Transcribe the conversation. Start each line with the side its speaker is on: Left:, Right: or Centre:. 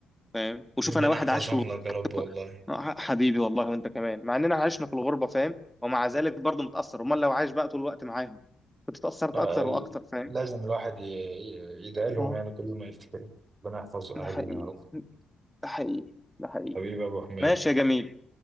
Centre: فاهم وشوف
Right: ربنا
Centre: انا واحد
Right: يحفظهم
Centre: عاش في الغربه
Right: لك يا
Centre: حتى
Right: رب والله
Centre: ك- آه، حبيبي والله وانت كمان مع اننا عشنا في الغربه فاهم ومع ذلك برضه متاثر امال لو عايش بقى طول الوقت معاهم كنت اتاثرت
Right: ال-
Centre: اكتر واكتر فاهم
Right: لازم الواحد ي- ي- يدعي لهم
Centre: اه
Right: يعني كل ما يفتكر ربنا يحفظ أهلنا
Centre: ده حقيقي
Right: يا رب
Centre: ده حقيقي ده حقيقي
Right: حبيبي يا أبو حميد
Centre: ماشي يا جميل